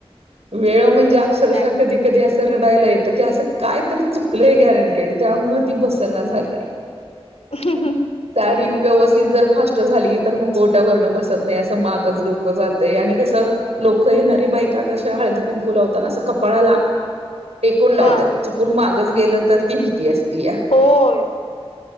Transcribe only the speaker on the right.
वेळ म्हणजे अक्षरशः
कधी- कधी असं रडायला येतं की असं काय तरी चुकलंय गॅरंटेड त्यामुळे ती बसना झालय. <unintelligible>
साडी व्यवस्थित जर फास्ट झाली तर मुखवटा वरन बसत नाही. असं मागच डोकं जातय आणि कसं- लोक, येणारी बायका कशा? हळदी कुंकू लावताना असं कपाळाला टेकून लावतात
चू - -कून मागच गेलं तर? ती भीती असतीया.